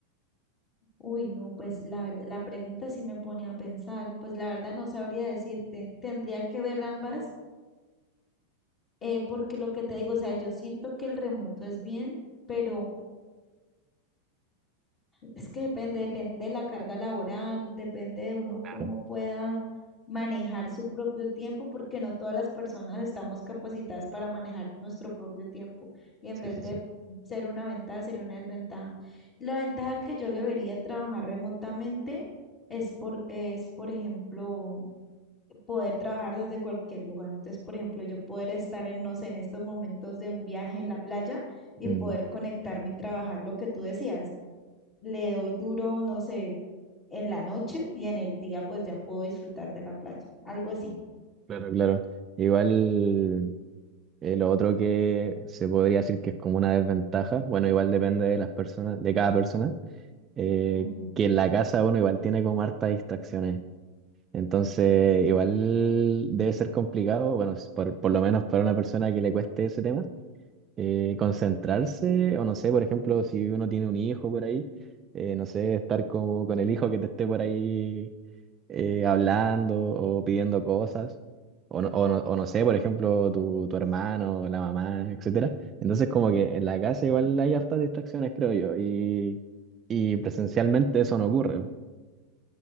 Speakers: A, on the left; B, on the right.
A: Uy, no, pues la verdad, la pregunta sí me pone a pensar, pues la verdad no sabría decirte, tendría que ver ambas, eh, porque lo que te digo, o sea, yo siento que el remoto es bien, pero Es que depende, depende de la carga laboral, depende de uno cómo
B: Claro.
A: pueda manejar su propio tiempo, porque no todas las personas estamos capacitadas para manejar nuestro propio tiempo y en
B: Sí,
A: vez
B: sí,
A: de
B: sí.
A: ser una ventaja, sería una desventaja. La ventaja que yo le vería a trabajar remotamente es por, es, por ejemplo, poder trabajar desde cualquier lugar. Entonces, por ejemplo, yo poder estar en, no sé, en estos momentos de un viaje en la playa y
B: Mm,
A: poder conectarme y trabajar lo que tú decías le doy duro, no sé, en la noche y en el día pues ya puedo disfrutar de la playa, algo así.
B: claro, claro. Igual eh, lo otro que se podría decir que es como una desventaja, bueno, igual depende de las personas, de cada persona, eh,
A: Ujú,
B: que en la casa uno igual tiene como hartas distracciones. Entonces, igual debe ser complicado, bueno, por, por lo menos para una persona que le cueste ese tema, eh, concentrarse, o no sé, por ejemplo, si uno tiene un hijo por ahí, eh, no sé, estar como con el hijo que te esté por ahí eh, hablando o pidiendo cosas, o no, o no, o no sé, por ejemplo, tu, tu hermano, la mamá, etcétera. Entonces, como que en la casa igual hay hartas distracciones, creo yo, y, y presencialmente eso no ocurre.